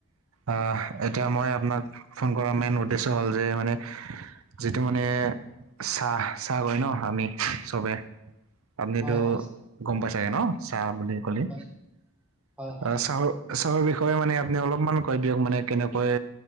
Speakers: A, on the right; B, in the centre.
A: আহ এতিয়া মই আপনাক ফোন কৰাৰ মেইন উদ্দেশ্য হ'ল যে মানে যিটো মানে চাহ-চাহ কয় ন আমি চবে আপনিতো
B: হয় হয়
A: গম পাই ছাগে ন চাহ বুলি ক'লে?
B: হয় হয় হয়
A: আ চাহৰ চাহৰ বিষয়ে মানে আপনি অলপমান কৈ দিয়ক মানে কেনেকৈ